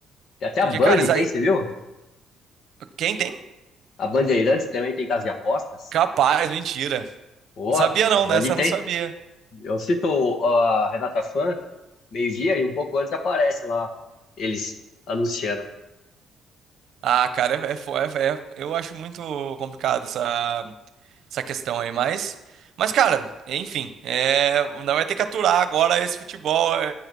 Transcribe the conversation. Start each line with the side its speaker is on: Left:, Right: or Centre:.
Left: tem Até
Right: Porque,
Left: a Band
Right: cara, isso
Left: tem,
Right: aí,
Left: você viu?
Right: quem tem?
Left: A Bandeirantes também tem casa de apostas.
Right: Capaz, mentira.
Left: Pô,
Right: Não
Left: a
Right: sabia não,
Left: Band
Right: dessa
Left: tem.
Right: eu não sabia.
Left: Eu cito a Renata Fã, meio-dia e um pouco antes aparece lá eles anunciando.
Right: Ah, cara, é, é, fo- é- é- eu acho muito complicado essa, essa questão aí, mas, mas cara, enfim, é, não vai ter que aturar agora esse futebol, é,